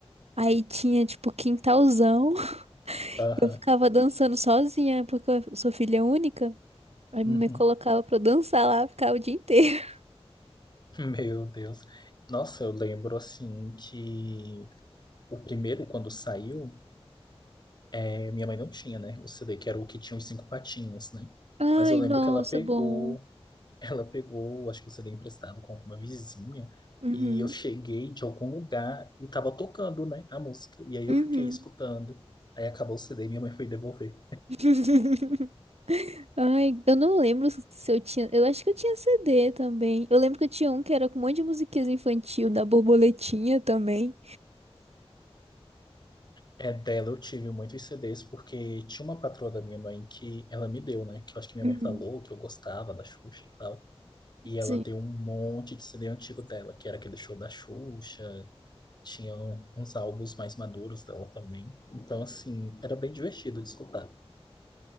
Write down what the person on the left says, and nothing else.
aham,
uhum.
<laughs> Meu Deus. Nossa, eu lembro assim que o primeiro, quando saiu, é, minha mãe não tinha, né? O CD, que era o que tinha os cinco patinhos, né?
Mas eu lembro
que ela pegou,
<laughs> ela pegou, acho que o CD emprestado com alguma vizinha,
e eu cheguei de algum lugar e tava tocando, né, a música. E aí eu
fiquei escutando. Aí acabou o CD e minha mãe foi devolver.
É, dela eu tive muitos CDs, porque tinha uma patroa da minha mãe que ela me deu, né? Que eu acho que minha
mãe falou que eu gostava da Xuxa e tal. E ela
tem um monte de CD antigo dela, que era aquele show da Xuxa, tinha uns álbuns mais maduros dela também. Então, assim, era bem divertido de escutar.